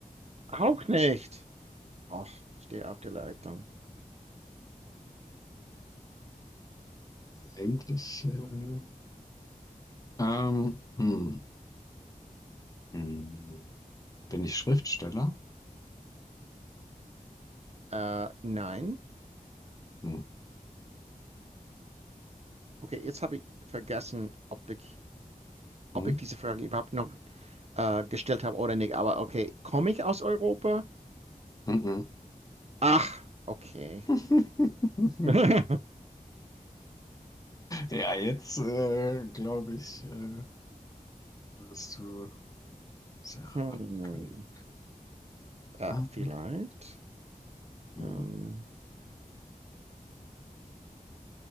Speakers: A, on the right; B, on the left.
A: Auch nicht. Och, stehe auf der Leitung.
B: Eigentlich. Äh, hm. ähm, hm, hm. Bin ich Schriftsteller?
A: Äh, nein.
B: Hm.
A: Okay, jetzt habe ich vergessen, ob ich, ob
B: Hm?
A: ich diese Frage überhaupt noch äh, gestellt habe oder nicht. Aber okay, komme ich aus Europa?
B: Mhm.
A: Ach, okay.
B: <laughs>
A: <laughs>
B: Ja, jetzt äh, glaube ich, äh, wirst du es erraten
A: Hm.
B: können.
A: Äh,
B: Ah,
A: vielleicht.
B: hm,
A: Ähm,